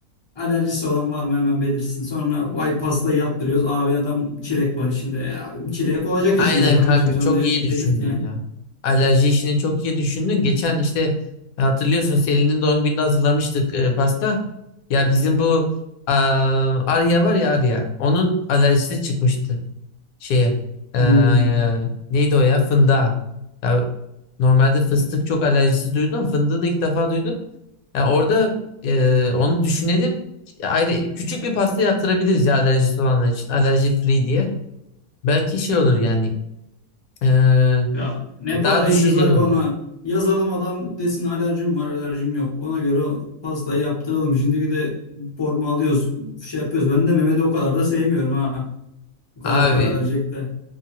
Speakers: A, on the left (about 40°); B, on the left (about 70°).
A: Alerjisi olan var mı hemen belirsin. Sonra vay pasta yaptırıyoruz. Abi adam çilek var içinde. Ya, çilek olacak
B: Aynen
A: içinde kardeşim
B: kanka
A: sen
B: çok
A: de
B: iyi düşündün
A: belirt yani.
B: ya. Alerji işini çok iyi düşündün. Geçen işte hatırlıyorsun Selin'in doğum gününde hazırlamıştık e, pasta. Ya bizim bu a, Arya var ya Arya. Onun alerjisi çıkmıştı şeye. E, e,
A: Hmm.
B: neydi o ya? Fındığa. Ya, normalde fıstık çok alerjisi duydum. Fındığı da ilk defa duydum. Ya orada e, onu düşünelim. Ayrı küçük bir pasta yaptırabiliriz ya alerjisi olanlar için. Alerji free diye. Belki şey olur yani ee,
A: Ya ne parayı
B: daha düşünceli
A: cezaevi
B: olur.
A: ona yazalım adam desin alerjim var alerjim yok. Ona göre o pastayı yaptıralım. Şimdi bir de forma alıyoruz şey yapıyoruz. Ben de Mehmet'i o kadar da sevmiyorum ha. Bu kadar
B: Abi
A: para verecek de.